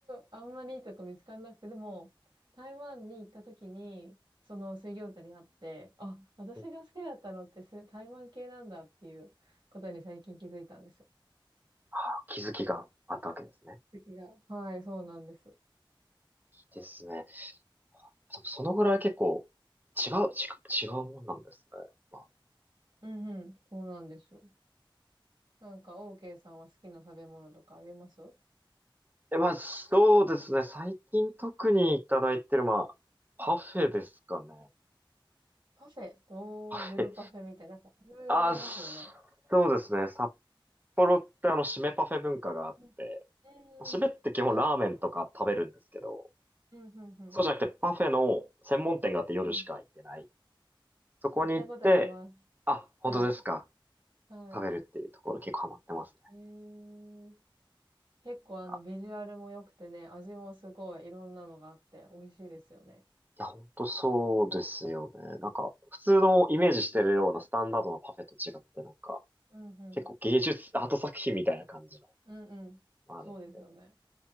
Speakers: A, on the right (about 60°); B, on the right (about 20°).
A: あんまりいいとこ見つからなくて、でも、台湾に行った時に、その水餃子に会って、あ、私が好きだったのってす台湾系なんだっていうことに最近気づいたんですよ。
B: ーうんあ気づきがあったわけですね。
A: 次が。はい、そうなんです。
B: いいですね。でもそのぐらい結構違う、違う、違うもんなんですね。
A: うんうん、そうなんですよ。なんか、OK さんは好きな食べ物とかあります
B: え、まあ、そうですね。最近特にいただいてる、まあ、パフェですかね。
A: パフェ。おー、
B: パフェ。
A: 夜パフェみたいな、なんかいろいろありますよね。
B: あ、そうですね。札幌ってあの、締めパフェ文化があって、
A: うんうんうん。
B: 締めって基本ラーメンとか食べるんですけど、
A: あ、うんうんうん。
B: そうじゃなくてパフェの専門店があって夜しか開いてない。
A: うん。
B: そこに行って、
A: 行ったことあります。
B: あ、本当ですか。
A: はい。はい。
B: 食べるっていうところ結構ハマってますね。
A: へえ。結構あのビジュアルも良くてね、
B: あ
A: 味もすごいいろんなのがあって美味しいですよね。
B: いや、本当そうですよね。なんか、普通のイメージしてるようなスタンダードなパフェと違って、なんか、
A: うんうん。
B: 結構芸術、アート作品みたいな感じの、
A: うんうん。
B: あれみたいな。
A: そうですよね。